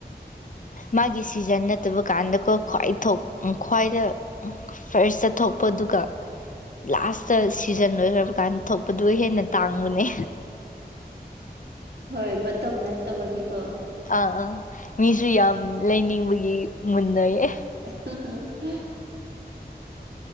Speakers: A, on the left; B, on the right.
A: ꯃꯥꯒꯤ ꯁꯤꯖꯟ ꯅꯠꯇꯕ ꯀꯥꯟꯗꯀꯣ ꯈ꯭ꯋꯥꯏ ꯈ꯭ꯋꯥꯏꯗ ꯐꯥꯔꯁꯇ ꯊꯣꯛꯄꯗꯨ ꯂꯥꯁꯇ ꯁꯤꯖꯟ ꯑꯣꯏꯈ꯭ꯔ ꯑꯗꯨꯀꯥꯟ ꯊꯣꯛꯄꯗꯨ ꯍꯦꯟꯅ ꯇꯥꯡꯕꯅꯦ
B: ꯍꯣꯏ ꯃꯇꯝ ꯅꯠꯇꯕꯒꯤꯀꯣ
A: ꯑꯥ ꯑꯥ ꯃꯤꯁꯨ ꯌꯥꯝ ꯂꯩꯅꯤꯡꯕꯒꯤ ꯃꯨꯟꯅꯌꯦ
B: ꯎꯝ ꯎꯝ